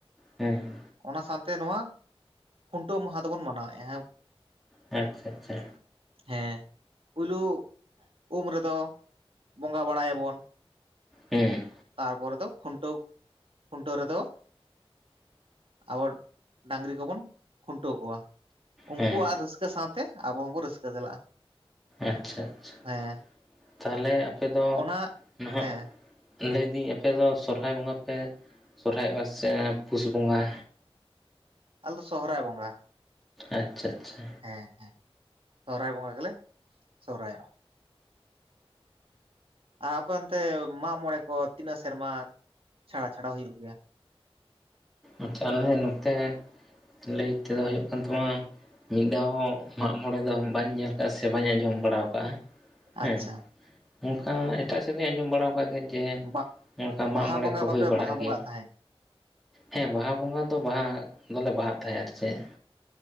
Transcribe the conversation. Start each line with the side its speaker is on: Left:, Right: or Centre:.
Centre: ᱦᱮᱸ᱾
Right: ᱚᱱᱟ ᱥᱟᱶᱛᱮ ᱱᱚᱣᱟ ᱠᱷᱩᱱᱴᱟᱹᱣ ᱢᱟᱦᱟ ᱫᱚᱵᱚᱱ ᱢᱟᱱᱟᱣᱮᱫᱼᱟ᱾
Centre: ᱟᱪᱪᱷᱟ ᱟᱪᱪᱷᱟ᱾
Right: ᱦᱮᱸ ᱯᱩᱭᱞᱩ ᱩᱢ ᱨᱮᱫᱚ ᱵᱚᱸᱜᱟ ᱵᱟᱲᱟᱭᱟᱵᱚᱱ᱾
Centre: ᱦᱩᱸ᱾
Right: ᱛᱟᱨ ᱯᱚᱨᱮ ᱫᱚ ᱠᱷᱩᱱᱴᱟᱹᱣ ᱠᱷᱩᱱᱴᱟᱹᱣ ᱨᱮᱫᱚ ᱟᱵᱟᱨ ᱰᱟᱹᱝᱨᱤ ᱠᱚᱵᱚᱱ ᱠᱷᱩᱱᱴᱟᱹᱣ ᱠᱚᱣᱟ᱾ ᱩᱱᱠᱩᱣᱟᱜ
Centre: ᱦᱮᱸ
Right: ᱨᱟᱹᱥᱠᱟᱹ ᱥᱟᱶᱛᱮ ᱟᱵᱚ ᱦᱚᱸᱵᱚᱱ ᱨᱟᱹᱥᱠᱟᱹ ᱪᱟᱞᱟᱜᱼᱟ᱾
Centre: ᱟᱪᱪᱷᱟ ᱟᱪᱪᱷᱟ,
Right: ᱦᱮᱸ
Centre: ᱛᱟᱦᱚᱞᱮ ᱟᱯᱮ ᱫᱚ
Right: ᱚᱱᱟ
Centre: ᱱᱟᱦᱟᱸᱜ
Right: ᱦᱮᱸ
Centre: ᱞᱟᱹᱭᱫᱟᱹᱧ ᱟᱯᱮᱫᱚ ᱥᱚᱨᱦᱟᱭ ᱵᱚᱸᱜᱟ ᱯᱮ ᱥᱚᱦᱚᱨᱟᱭᱚᱜᱼᱟ ᱥᱮ ᱯᱩᱥ ᱵᱚᱸᱜᱟ?
Right: ᱟᱞᱮ ᱫᱚ ᱥᱚᱦᱚᱨᱟᱭ ᱵᱚᱸᱜᱟ᱾
Centre: ᱟᱪᱪᱷᱟ ᱟᱪᱪᱷᱟ᱾
Right: ᱦᱮᱸ ᱦᱮᱸ ᱥᱚᱦᱚᱨᱟᱭ ᱵᱚᱸᱜᱟ ᱜᱮᱞᱮ ᱥᱚᱦᱚᱨᱟᱭᱚᱜᱼᱟ᱾ ᱟᱨ ᱟᱯᱮ ᱚᱱᱛᱮ ᱢᱟᱜ ᱢᱚᱬᱮ ᱠᱚ ᱛᱤᱱᱟᱹᱜ ᱥᱮᱨᱢᱟ ᱪᱷᱟᱲᱟ ᱪᱷᱟᱲᱟ ᱦᱩᱭᱩᱜ ᱜᱮᱭᱟ?
Centre: ᱟᱪᱪᱷᱟ ᱟᱞᱮ ᱱᱚᱛᱮ ᱞᱟᱹᱭ ᱛᱮᱫᱚ ᱦᱩᱭᱩᱜ ᱠᱟᱱ ᱛᱟᱢᱟ ᱢᱤᱫ ᱫᱷᱟᱣ ᱦᱚᱸ ᱢᱟᱜ-ᱢᱚᱬᱮ ᱫᱚ ᱵᱟᱹᱧ ᱧᱮᱞ ᱠᱟᱜᱼᱟ ᱥᱮ ᱵᱟᱹᱧ ᱟᱸᱡᱚᱢ ᱵᱟᱲᱟ ᱠᱟᱜᱼᱟ᱾ ᱦᱮᱸ
Right: ᱟᱪᱪᱷᱟ
Centre: ᱚᱱᱠᱟ ᱮᱴᱟᱜ ᱥᱮᱫ ᱫᱚᱧ ᱟᱸᱡᱚᱢ ᱵᱟᱲᱟ ᱠᱟᱜ ᱜᱮᱭᱟ
Right: ᱵᱟ
Centre: ᱡᱮ ᱱᱚᱝᱠᱟ ᱢᱟᱜ
Right: ᱵᱟᱦᱟ
Centre: ᱢᱚᱬᱮ
Right: ᱵᱚᱸᱜᱟ
Centre: ᱠᱚ
Right: ᱵᱟᱯᱮ
Centre: ᱦᱩᱭ ᱵᱟᱲᱟᱜ
Right: ᱵᱟᱦᱟ ᱵᱚᱸᱜᱟᱜ
Centre: ᱜᱮᱭᱟ,
Right: ᱛᱟᱦᱮᱸᱫ
Centre: ᱦᱮᱸ ᱵᱟᱦᱟ ᱵᱚᱸᱜᱟ ᱫᱚ ᱵᱟᱦᱟ ᱫᱚᱞᱮ ᱵᱟᱦᱟᱜ ᱛᱟᱦᱮᱸ ᱟᱨ ᱪᱮᱫ